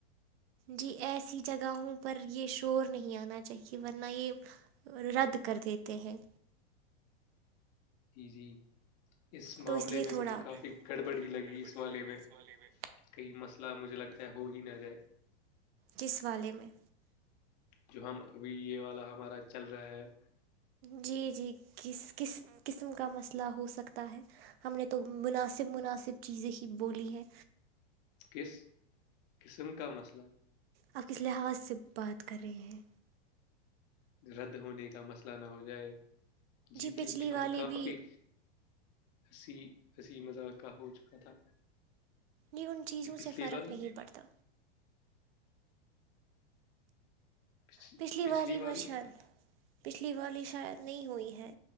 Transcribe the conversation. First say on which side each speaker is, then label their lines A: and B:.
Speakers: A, on the right; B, on the left.
A: جی ایسی جگہوں پر یہ شور نہیں آنا چاہیے ورنہ یہ رد کر دیتے ہیں
B: جی اس معاملے
A: تو لیے
B: میں
A: تھوڑا
B: مجھے کافی
A: گڑبڑی
B: گڑبڑ ہی لگی اس والے
A: لگی
B: میں
A: اس والے میں
B: کئی مسئلہ مجھے لگتا ہے ہو ہی نہ جائے
A: کس والے میں
B: جو ہم ابھی یہ والا ہمارا چل رہا ہے
A: جی جی کس کس قسم کا مسئلہ ہو سکتا ہے ہم نے تو مناسب مناسب چیزیں ہی بولی ہیں
B: کس قسم کا مسئلہ
A: آپ کس لحاظ سے بات کر رہے ہیں
B: رد ہونے کا مسئلہ نہ ہو جائے جی
A: پچھلی
B: کیونکہ ہم
A: والی
B: کافی
A: بھی
B: ہنسی ہنسی مذاق کا ہو چکا تھا
A: یہ ان چیزوں
B: جی پچھلی
A: سے فرق
B: والی
A: نہیں پڑتا
B: پچھ-
A: پچھلی واری بچن
B: والی
A: پچھلی بار شاید نہیں ہوئی ہے